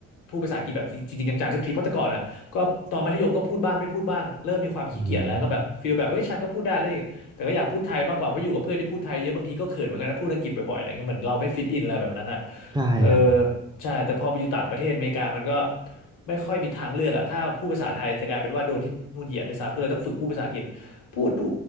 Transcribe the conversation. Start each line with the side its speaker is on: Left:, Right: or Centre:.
Left: พูดภาษาอังกฤษแบบจริงๆจังๆสักทีเพราะแต่ก่อนอ่ะก็ตอนมัธยมก็พูดบ้างไม่พูดบ้างเริ่มมีความขี้เกียจแล้วก็แบบฟีลแบบเอ้ยฉันก็พูดได้แล้ว
Right: อืม
Left: แต่ก็อยากพูดไทยมากกว่าเพราะอยู่กับเพื่อนที่พูดไทยเยอะบางทีก็เขินเหมือนกันนะพูดอังกฤษบ่อยๆอะไรเงี้ยเหมือนเราไม่ฟิตอินอะไรแบบนั้นอ่ะ
Right: ใช่ครับ
Left: เออใช่แต่พอไปอยู่ต่างประเทศอเมริกามันก็ไม่ค่อยมีทางเลือกอ่ะถ้าพูดภาษาไทยจะกลายเป็นว่าโดนที่นู่นเหยียดด้วยซ้ำก็เลยต้องฝึกพูดภาษาอังกฤษพูดทุ